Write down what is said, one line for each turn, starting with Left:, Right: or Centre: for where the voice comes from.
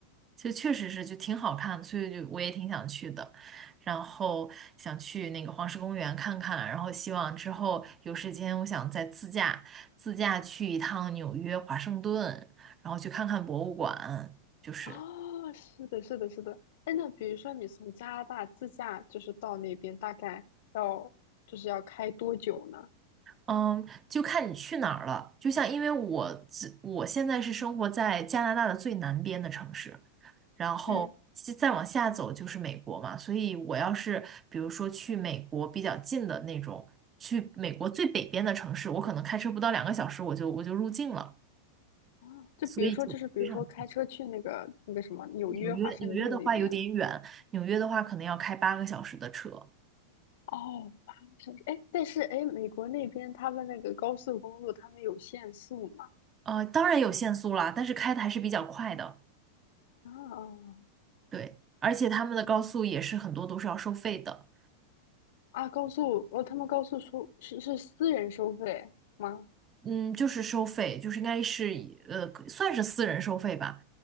Right: 就确实是就挺好看的，所以就我也挺想去的，然后想去那个黄石公园看看，然后希望之后有时间，我想再自驾自驾去一趟纽约、华盛顿，然后去看看博物馆，就是。
Left: 啊，是的，是的，是的。哎，那比如说你从加拿大自驾就是到那边，大概要就是要开多久呢？
Right: 嗯，就看你去哪儿了。就像因为我自我现在是生活在加拿大的最南边的城市，然后西再往下走就是美国嘛。
Left: 嗯，
Right: 所以我要是比如说去美国比较近的那种，去美国最北边的城市，我可能开车不到两个小时我就我就入境了，
Left: 啊，就比如说就是比如说开车去那个那个什么纽约、
Right: 所以就非常近。纽约纽约的话有点远，
Left: 华盛顿那边。
Right: 纽约的话可能要开八个小时的车。
Left: 哦，八个小时。哎，但是哎，美国那边他们那个高速公路，他们有限速嘛？
Right: 呃，当然有限速啦，但是开的还是比较快的。
Left: 啊
Right: 对，而且他们的高速也是很多都是要收费的，
Left: 啊！高速哦，他们高速收是是私人收费吗？
Right: 嗯，就是收费，就是应该是以呃算是私人收费吧，